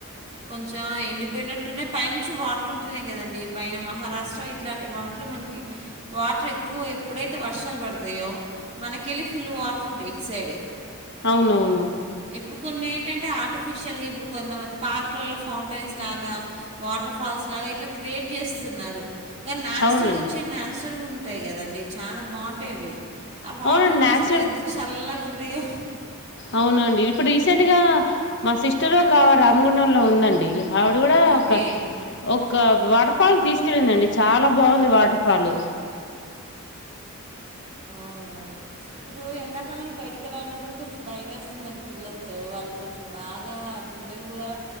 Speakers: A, on the right (about 30°); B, on the left (about 50°).
A: కొంచెం ఎండిపోయినట్టునే పైనుంచి వాటలు ఉంటేనే కదండి పైన మహారాష్ట్ర ఇట్లాంటి వాటిలు మనకి వాటర్ ఎక్కువ ఎప్పుడైతే వర్షాలు పడతాయో మనకెళ్ళి ఫుల్ వాటర్ ఉంటాయి ఇటు సైడే
B: అవునవును
A: ఇప్పుడు కొన్ని ఏంటంటే ఆర్టిఫిషియల్గా ఇప్పుడు కొంత పార్కులలో ఫౌంటైన్స్ లాగా వాటర్ ఫాల్స్ లాగా ఇట్లా క్రియేట్ చేస్తున్నారు ఇంగా నాచురల్
B: అవునండి
A: గా వచ్చే నాచ్ పెరిగుంటాయి కదండి చాలా బాగుంటాయి అవి ఆ వాటర్
B: అవునండి
A: కూడా
B: న్యాచురల్
A: అసలు ఎంత చల్లగా ఉ అయ్యో హ్
B: అవునండి ఇప్పుడు రీసెంట్ గా మా సిస్టర్ ఒక రామగుండం లో ఉందండి ఆవిడ కూడా
A: ఓకే
B: ఒక ఒ ఒక వాటర్ ఫాల్ తీసుకునెల్లండి ఆండి చాలా బాగుంది వాటర్ ఫాల్
A: అవునవును ఇప్పుడు ఎండ కాలం లో బయటికి వెళ్ళాలి అన్న కూడా కొంచెం భయం వేస్తుందండి పిల్లలతో వాళ్ళు కొంచెం బాగా పిల్లలు కూడా